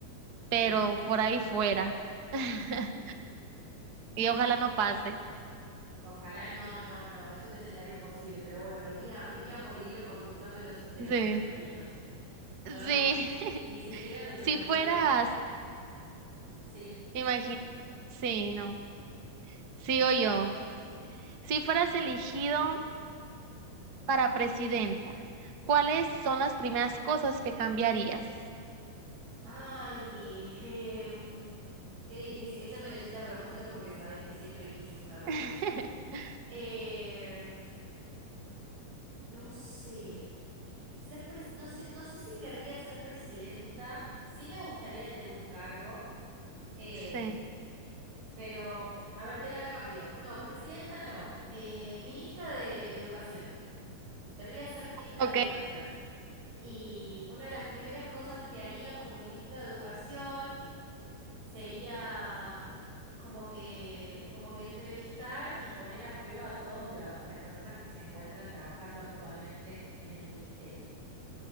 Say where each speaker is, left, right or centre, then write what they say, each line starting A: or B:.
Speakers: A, on the right; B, on the right.
A: Pero
B: Y
A: por ahí fuera. <laughs> Y ojalá no pase.
B: Ojalá no, no, no, es un escenario posible, pero bueno, venía, venía por el hilo conductor de los, de los
A: Sí.
B: animalitos. Yo no,
A: Sí. <laughs>
B: ni siquiera lo, me
A: Si
B: lo
A: fueras,
B: puedo. Sí.
A: imagínate, sí, no. Sigo yo. Si fueras elegido para presidenta, ¿cuáles son las primeras cosas que cambiarías?
B: Ay, em, qué difícil. Esa me la hiciste a propósito porque sabés que siempre quise un cargo
A: <laughs>
B: político. Eh, no sé. Ser pres- no sé, no sé si querría ser presidenta. Sí me gustaría tener un cargo. eh,
A: Sí.
B: Pero, a ver, te la cambio. No, presidenta no. Eh, ministra de Educación. Querría ser ministra
A: Ok.
B: de Educación. Y una de las primeras cosas que haría como ministra de Educación sería como que, como que entrevistar y poner a prueba a todas las, las personas que se encuentran trabajando actualmente en el ministerio.